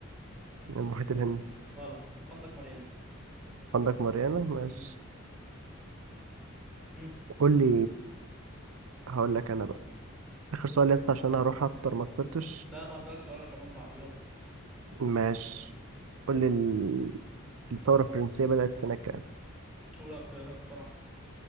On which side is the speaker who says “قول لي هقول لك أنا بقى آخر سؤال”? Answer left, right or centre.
Right